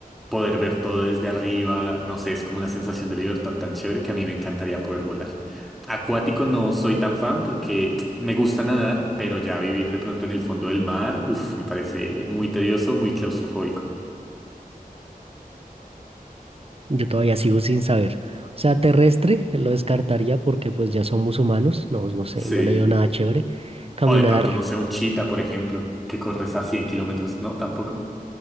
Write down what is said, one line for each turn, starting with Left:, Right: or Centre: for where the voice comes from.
Centre: poder ver todo desde arriba, no sé, es como una sensación de libertad tan chévere que a mí me encantaría poder volar. Acuático no soy tan fan porque me gusta nadar, pero ya vivir de pronto en el fondo del mar, uff, me parece muy tedioso, muy claustrofóbico.
Right: Yo todavía sigo sin saber. O sea, terrestre lo descartaría porque pues ya somos humanos. No, no sé,
Centre: Sí.
Right: no le dio nada chévere. Caminar,
Centre: O de pronto, no sé, un chita, por ejemplo, que corres a 100 kilómetros, ¿no? Tampoco.